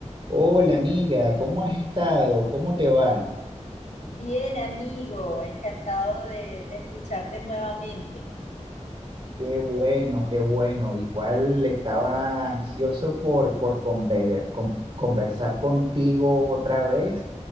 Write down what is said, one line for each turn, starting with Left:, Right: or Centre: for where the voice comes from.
Right: Hola amiga, ¿cómo has estado? ¿Cómo te va?
Left: Bien, amigo, encantado de, de escucharte nuevamente.
Right: Qué bueno, qué bueno. Igual estaba ansioso por, por conve- con- conversar contigo otra vez